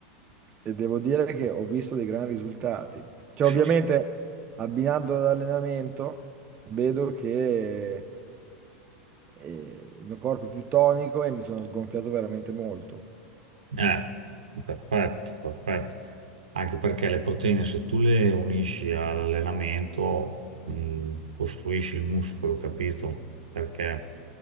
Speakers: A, on the right; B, on the right.
A: e devo dire che ho visto dei grandi risultati. Cioè,
B: sì,
A: ovviamente
B: sì.
A: abbinando all'allenamento vedo che eh, il mio corpo è più tonico e mi sono sgonfiato veramente molto.
B: Eh, perfetto, perfetto. Anche perché le proteine, se tu le unisci all'allenamento, mh, costruisci il muscolo, capito? Perché